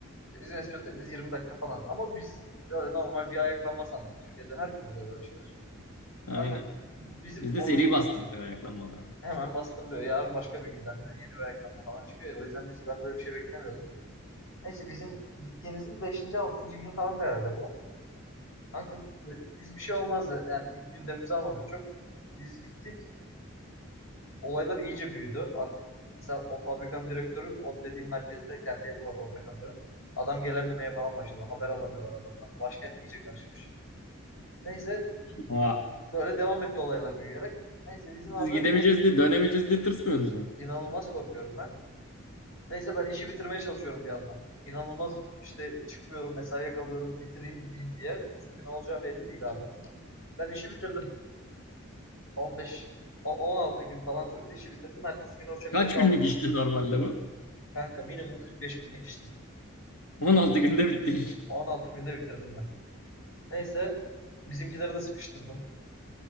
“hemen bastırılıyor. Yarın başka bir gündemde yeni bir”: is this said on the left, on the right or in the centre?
Left